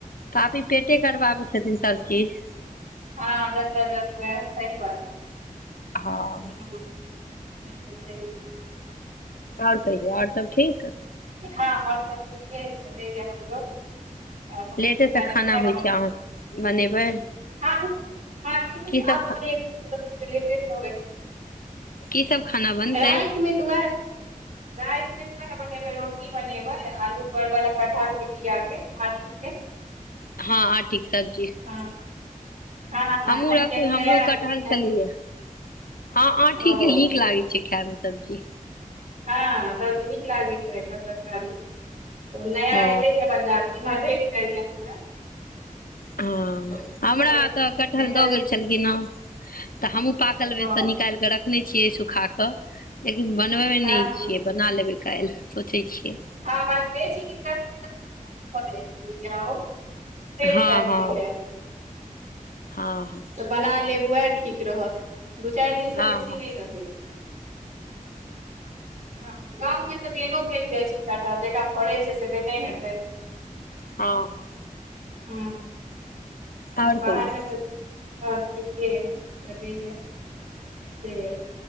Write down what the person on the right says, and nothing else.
हँ जतऽ जस वैह सही बात।
हम्म ई तऽ छैयहे।
हँ और सब ठीके चलैए हमरो। <unintelligible> हँ
<unintelligible> आब
बनेबै बौआ सब तऽ लेटे स अबै छै।
राइत में तऽ वैह राइत में तऽ वैह बने बनेबै रोटी बनेबै आलू परवाला कटहल के बिआ के अथी के
हँ। हँ
एखन
कियाकि नया
एलै
हे
ओ
हँ <unintelligible> नीक लागैत रहै एकर तरकारी नया
एलैया बाजार नीमन भेट जाइयै। हमरा
तऽ
भेट
भेटल
हँ
हँ
हँ
हँ ब बे सी बीज <unintelligible> से
त ठीके।
तऽ बना लेब वैह ठीक रहत। दू चारि दिनसँ
बेसी
नहि रहै छै। हँ गाँवमे तऽ बेनो भेट जाइ छै कटहल, जकरा फरैत हेतै से देने हेतै।
हुं
बाहरमे
तऽ ठीके चलैए। छियै।